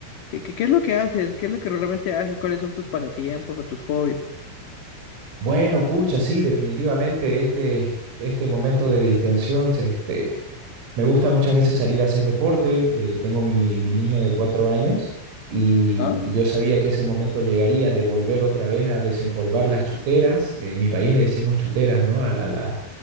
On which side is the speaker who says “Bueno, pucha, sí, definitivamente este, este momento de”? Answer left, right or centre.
Right